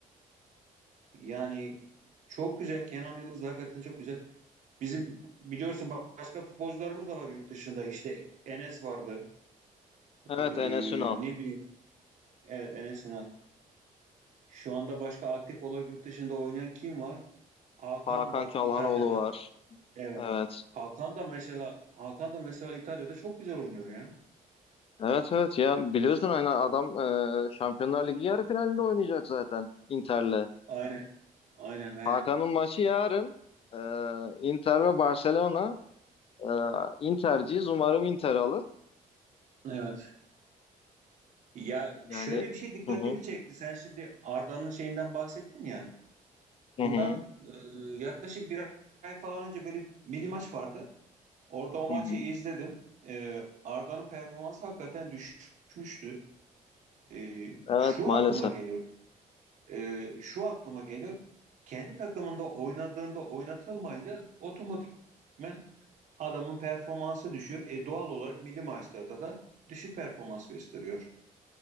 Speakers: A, on the right (about 60°); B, on the left (about 40°).
A: Yani çok güzel. Kenan Yıldız da hakikaten çok güzel. Bizim biliyorsun ba- başka futbolcularımız da var yurt dışında. İşte Enes vardı.
B: Evet
A: Ee,
B: Enes Ünal.
A: ne bileyim. Evet Enes Ünal. Şu anda başka aktif olarak yurt dışında oynayan kim var? Hakan
B: Hakan
A: var
B: Çalhanoğlu
A: İtalya'da.
B: var.
A: Evet.
B: Evet.
A: Hakan da mesela Hakan da mesela İtalya'da çok güzel oynuyor ya.
B: Evet evet ya biliyorsun hani adam e, Şampiyonlar Ligi yarı finalinde oynayacak zaten Inter'le.
A: Aynen. Aynen aynen.
B: Hakan'ın maçı yarın e, Inter ve Barcelona. E, Inter'ciyiz umarım Inter alır.
A: Evet. Ya
B: Yani
A: şöyle bir şey dikkatimi
B: hı hı
A: çekti. Sen şimdi Arda'nın şeyinden bahsettin ya.
B: hı
A: Bundan
B: hı.
A: e, yaklaşık bir ay falan önce böyle milli maç vardı. Orada o maçı
B: hı hı.
A: izledim. E, Arda'nın performansı hakikaten düşmüştü. E,
B: Evet
A: şu
B: maalesef.
A: aklıma geliyor. E, şu aklıma geliyor. Kendi takımında oynadığında oynatılmayınca otomatikmen adamın performansı düşüyor. E, doğal olarak milli maçlarda da düşük performans gösteriyor.